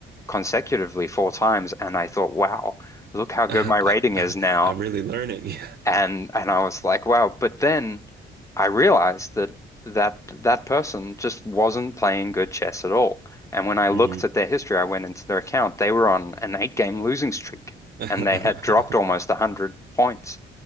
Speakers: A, on the left; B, on the right.
A: consecutively four times, and I thought, wow, look
B: <laughs>
A: how good
B: I'm
A: my rating is now.
B: really learning. <laughs>
A: And and I was like, wow. But then I realized that that that person just wasn't playing good chess at all. And when I looked
B: Yeah. hmm
A: at their history, I went into their account. They were on an eight game losing streak
B: <laughs>
A: and they had dropped almost 100 points.